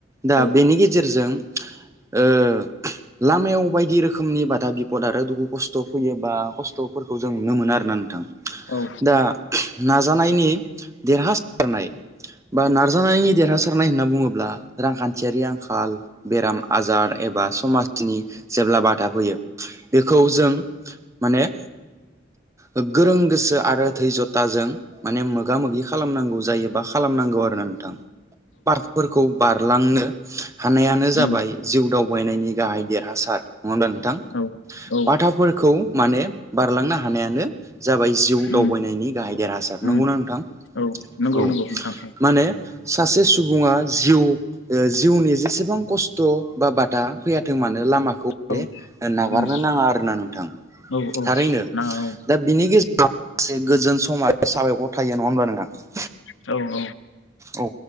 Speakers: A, on the right; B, on the left.
A: दा
B: औ
A: बेनि गेजेरजों ओ लामायाव बायदि रोखोमनि बादा बिफद आरो दुखु खस्थ' फैयोबा खस्थ' फोरखौ जों नुनो मोनो आरोना नोंथां
B: औ
A: दा नाजानायनि देरहासारनाय बा नाजानायनि देरहा फोरनाय होनना बुङोब्ला रांखान्थि थियारि आंखाल बेराम आजार एबा समाजनि जेब्ला बादा फैयो बेखौ जों माने गो गोरों गोसो आरो थै जटाजों माने मो गा मोगि खालामनांगौ जायोबा खालामनांगौ आरो ना नोंथां पारफोरखौ बारलांनो <inaudible> हानायानो
B: उम
A: जाबाय जिउ दावबायनायनि गाहाय देरहासार नङा होमबा नोंथां
B: औ औ
A: बाथाफोरखौ माने बारलांनो हानायानो जाबाय जिउ दावबायनायनि
B: उम
A: गाहाय देरहासार
B: उम
A: नंगौना नोंथां
B: औ नंगौ
A: औ
B: नंगौ नोंथां
A: माने सासे सुबुङा जिउ ओ जिउनि जेसेबां खस्थ बा बादा फैयाथों मानो लामाखौ
B: औ
A: बे नागारनो
B: उम
A: नाङा आरोना नोंथां
B: औ औ
A: थारैनो
B: नाङा औ
A: दा बिनि गेजेराव से गोजोन समाज साबायखर था यो नङा होमबा नोंथां
B: औ औ
A: औ